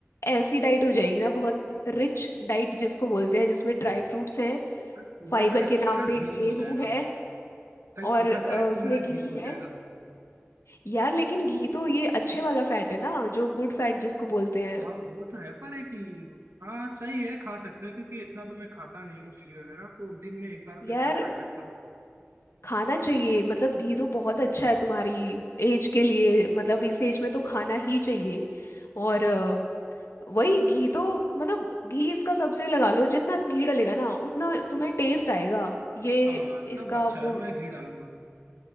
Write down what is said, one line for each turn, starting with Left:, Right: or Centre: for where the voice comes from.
Left: ऐसी डाइट हो जाएगी ना बहुत रिच डाइट जिसको बोलते हैं जिसमें ड्राई फ्रूट्स हैं
Right: पूरा
Left: फाइबर
Right: डाइट
Left: के नाम
Right: तो मेरा
Left: पे
Right: घी
Left: गेहूं
Right: से हो जाएगा
Left: है
Right: भाई
Left: और
Right: पूरा
Left: अ,
Right: डाइट
Left: उसमें
Right: तो मेरा घी
Left: घी
Right: से हो जाएगा
Left: है यार लेकिन घी तो ये अच्छे वाला फैट है ना जो गुड फैट जिसको बोलते हैं
Right: हाँ वो तो है पर एक ही- हाँ सही है खा सकते हैं क्योंकि इतना तो मैं खाता नहीं हूँ घी वगैरह तो दिन में एक बार तो
Left: यार
Right: इतना खा ही सकता हूँ
Left: खाना चाहिए मतलब घी तो बहुत अच्छा है तुम्हारी एज के लिए मतलब इस एज में तो खाना ही चाहिए और अ, वही घी तो मतलब घी इसका सबसे लगा लो जितना घी डलेगा ना उतना तुम्हें टेस्ट आएगा ये
Right: हाँ
Left: इसका
Right: तब अच्छा
Left: वो
Right: है मैं घी डालूंगा